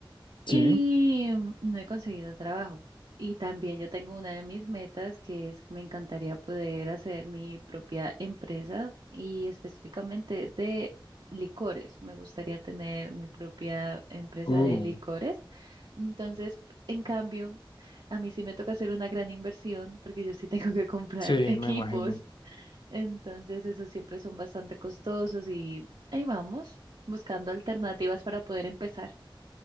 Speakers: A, on the right; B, on the left.
A: Y
B: Sí.
A: no he conseguido trabajo. Y también yo tengo una de mis metas que es, me encantaría poder hacer mi propia empresa y específicamente de licores. Me gustaría tener mi propia empresa
B: Uh,
A: de licores. Entonces, en cambio, a mí sí me toca hacer una gran inversión porque yo sí tengo que comprar
B: sí,
A: <laughs> equipos.
B: me imagino.
A: Entonces, esos siempre son bastante costosos y ahí vamos, buscando alternativas para poder empezar.